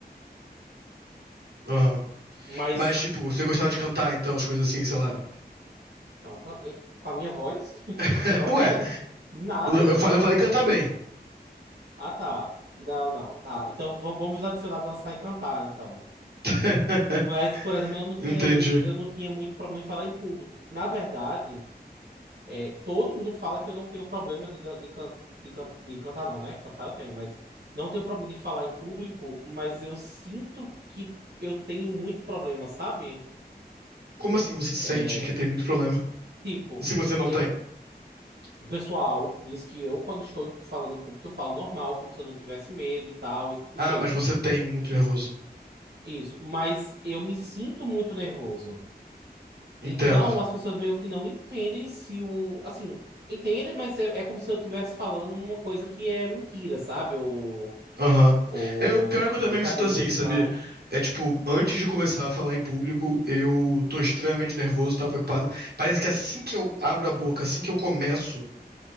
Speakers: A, on the right (about 70°); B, on the right (about 80°).
A: Aham.
B: Mas,
A: Mas, tipo, você gostava de cantar, então, as coisas assim, sei lá.
B: não, com a com a minha voz, <laughs>
A: <laughs>
B: eu vou cantar o quê?
A: Ué,
B: Nada.
A: eu falei, eu falei cantar bem.
B: Ah, tá. Não, não, tá. Então va- vamos adicionar dançar e cantar, então.
A: <laughs>
B: Mas, por exemplo, eu não tinha,
A: Entendi.
B: eu, eu não tinha muito problema em falar em público. Na verdade. É, todo mundo fala que eu não tenho problema de, dan- de, can- de, can- de cantar, não, né? Cantar eu tenho, mas não tenho problema de falar em público, mas eu sinto que eu tenho muito problema, sabe?
A: Como assim você sente
B: É,
A: que tem muito problema?
B: Tipo,
A: Se você não
B: eu,
A: tem.
B: o pessoal diz que eu, quando estou em- falando em público, eu falo normal, como se eu não tivesse medo e tal, esse tipo de
A: Ah,
B: coisa.
A: mas você tem muito nervoso.
B: Isso, mas eu me sinto muito nervoso.
A: Entendo.
B: Então, as pessoas meio que não entendem se o. Assim, entendem, mas é, é como se eu estivesse falando uma coisa que é mentira, sabe? Ou
A: Aham.
B: ou
A: Eu, pior é que eu também
B: brincadeira
A: me sinto assim, sabia?
B: e tal.
A: É tipo, antes de começar a falar em público, eu tô extremamente nervoso, tava preocupado. Parece que assim que eu abro a boca, assim que eu começo,